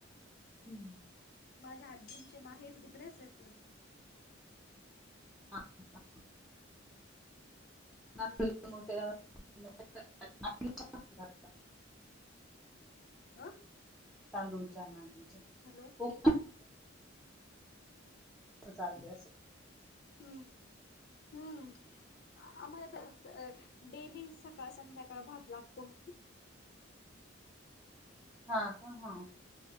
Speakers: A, in the centre; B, on the left.
A: हम्म.
B: माझ्या आजींचे माहेर तिकडेच आहेत ना.
A: हां ह <unintelligible> <unintelligible>
B: हम्म अ
A: तांदूळच्या नागलीच्या.
B: हॅलो.
A: हो, चालते अस. <unintelligible>
B: हम्म. हम्म आम्हाला डेली सकाळ, संध्याकाळ भात लागतो.
A: हा का हा